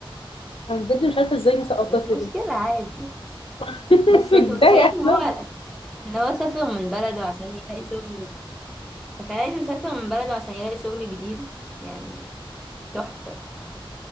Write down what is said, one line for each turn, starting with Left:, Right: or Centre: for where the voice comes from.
Left: انا بجد مش عارفه ازاي مسقطاه
Centre: مش مشكلة
Left: كده
Centre: عادي
Left: <laughs>
Centre: بس
Left: متضايقه
Centre: انت متخيلة ان هو
Left: لا
Centre: ان هو سافر من بلده عشان يلاقي شغل تخيلي انه سافر من بلده عشان يلاقي شغل جديد يعني تحفة